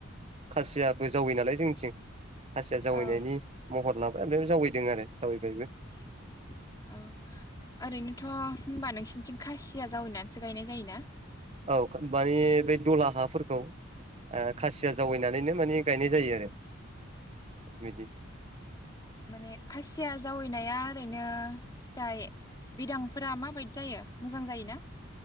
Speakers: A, on the right; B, on the left.
A: खासिया बो जावै नालाय जोंनिथिं खासिया जावैनायनि
B: औ
A: महर लाबो <unintelligible> जावाइदों आरो जावैबायबो
B: <inaudible> औ ओरैनोथ' होनबा नोंसिनिथिं खासिया जावैनानै सो गायनाय जायोना?
A: औ खानबाय बे दलहा हाफोरखौ ओ खासिया जावैनानैनो माने गायनाय जायो आरो
B: औ
A: बिदि
B: माने खासिया जावैनाया ओरैनो फिथाइ बिदांफोरा माबायदि जायो मोजां जायोना